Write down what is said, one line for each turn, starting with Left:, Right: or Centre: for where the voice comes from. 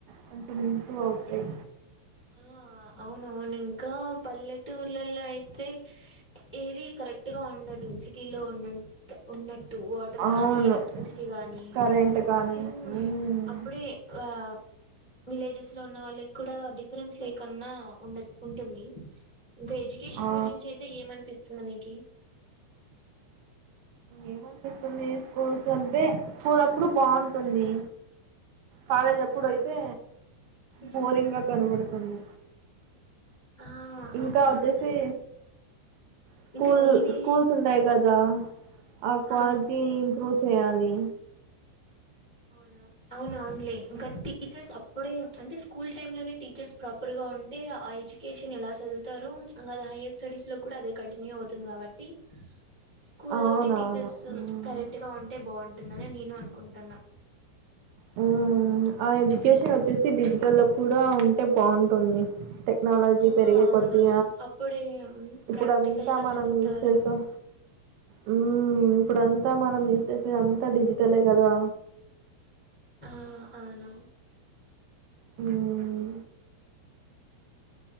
Right: కొంచెం ఇంప్రూవ్ అవుతాయి
Left: ఆ అవునవును ఇంకా పల్లెటూర్లలో అయితే ఏది కరెక్ట్గా ఉండదు సిటీలో ఉన్నంత ఉన్న ట్టు వాటర్
Right: అవును
Left: కానీ ఎలక్ట్రిసిటీ గానీ
Right: కరెంట్ కానీ
Left: సో
Right: హ్మ్.
Left: అప్పుడే ఆ విలేజెస్ లో ఉన్న వాళ్ళకి కూడా డీఫ్ ఫ్రెన్స్ లేకుండా ఉండ ఉంటుంది ఇంకా ఎడ్యుకేషన్
Right: ఆ!
Left: గురించయితే ఏమనిపిస్తుంది నీకి
Right: ఏమనిపిస్తుంది స్కూల్స్ అంటే స్కూల్ అప్పుడు బాగుంటుంది కాలేజ్ అప్పుడు అయితే
Left: ఉమ్
Right: బోరింగ్ గా కనబడుతుంది
Left: ఆ
Right: ఇంకా
Left: అవునవును
Right: వచ్చేసి స్కూల్
Left: ఇంకా నేనే
Right: స్కూల్స్ ఉంటాయి క గా ఆక్వాన్
Left: ఆ
Right: టి ఇంప్రూవ్ చేయాలి
Left: అవునా అవునవునులే ఇంక టీచర్స్ అప్పుడే అంటే స్కూల్ టైమ్ లోనే టీచర్స్ ప్రాపర్ గా ఉంటే ఆ ఎడ్యుకేషన్ ఎలా చదువుతారు అంగ అది హైయర్ స్టడీస్ లో కూడా అదే కంటిన్యూ అవుతుంది కాబట్టి స్కూలోని
Right: అవునవును.
Left: టీచర్స్
Right: హ్మ్.
Left: కరెక్ట్ గా ఉంటే బావుంట్ ఉందనే నేను అనుకుంటన్నా
Right: హ్మ్. ఆ ఎడ్యుకేషన్ వచ్చేసి డిజిటల్ కి కూడా టే బావుంటుంది టెక్నాలజీ
Left: ఆ
Right: పెరిగే
Left: అవునవును
Right: కొద్ది
Left: అప్పుడే
Right: ఇప్పుడు
Left: ప్రాక్టికల్
Right: అంతా
Left: గా
Right: మనం
Left: చదువుతారు
Right: యూజ్ చేస్తాం హ్మ్మ్ ఇప్పుడంతా మనం యూస్ చేసేదంతా డిజిటలే కదా
Left: ఆ అవును
Right: హ్మ్మ్